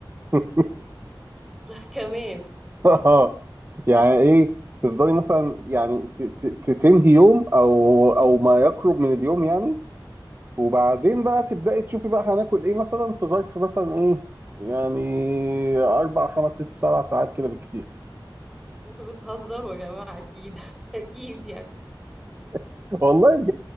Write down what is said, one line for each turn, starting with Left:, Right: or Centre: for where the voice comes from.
Right: ساعه <laughs>
Centre: <laughs> كمان
Right: اه يعني ايه تفضلي مثلا يعني ت- ت- ت- تنهي يوم او او ما يقرب من اليوم يعني وبعدين بقى تبداي تشوفي بقى هناكل ايه مثلا في ظرف مثلا ايه يعني اربع خمس ست سبع ساعات كده بالكتير
Centre: انتوا بتهزروا يا جماعه اكيد <laughs> اكيد يعني
Right: <laughs> والله